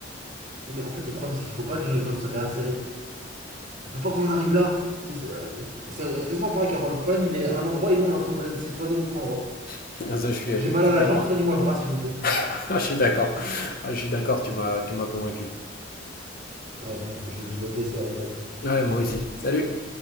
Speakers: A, on the right; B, on the left.
A: Mais en fait, le problème, c'est qu'il faut pas que les gens aient besoin de se réinsérer. Il faut pas qu'on en arrive là. C'est c'est- euh, c'est exactement pareil qu'avant. Le problème, il est à un endroit et nous, on est en train de de s'éloigner à un autre endroit.
B: <laughs> Ah, Ça, je suis,
A: J'ai mal
B: je suis
A: à la
B: d'accord.
A: jambe, soignez-moi le bras s'il vous plaît.
B: <laughs> Ah, je suis d'accord. Ah, je suis d'accord, tu m'as, tu m'as convaincu.
A: Ouais, bon, je, je dois te laisser, allez, salut.
B: Ouais, moi aussi. Salut.